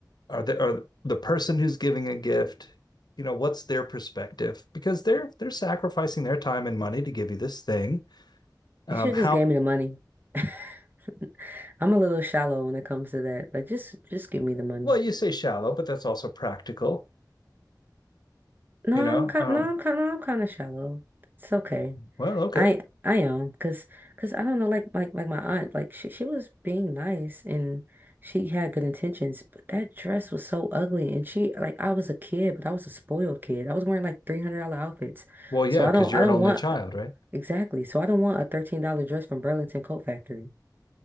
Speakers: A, on the left; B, on the right.
A: are the are the person who's giving a gift, you know, what's their perspective? Because they're they're sacrificing their time and money to give you this thing. Um,
B: They should
A: how
B: just gave me the money. <laughs> I'm a little shallow when it comes to that. Like just just give me the money.
A: well you say shallow, but that's also practical.
B: No,
A: You know,
B: I'm kind
A: um,
B: no, I'm kind no, I'm kind of shallow. It's okay.
A: well, okay.
B: I I am because because I don't know like like like my aunt like she she was being nice and she had good intentions but that dress was so ugly and she like I was a kid but I was a spoiled kid. I was wearing like $300 outfits.
A: Well, yeah,
B: So I
A: because
B: don't
A: you're
B: I don't
A: an only
B: want
A: child, right?
B: exactly. So I don't want a $13 dress from Burlington Coat Factory.